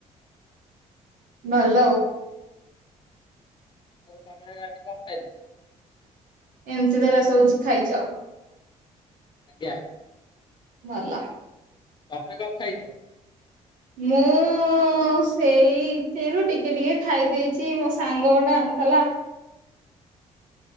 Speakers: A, on the right; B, on the left.
A: ଭଲ ଅଉ।
B: <unintelligible> କଁ ଖାଇଲ?
A: ଏମିତି ତାହେଲେ ସବୁଜି ଖାଇଚ!
B: ଆଜ୍ଞା।
A: ଭଲ।
B: ତମେ କଁ ଖାଇଚ?
A: ମୁଁ ଉଁ-ଉଁ-ଉଁ ସେଇ ଥିରୁ ଟିକେ ଟିକେ ଖାଇ ଦେଇଚି, ମୋ ସାଙ୍ଗ ଗୋଟେ ଆଣଥିଲା।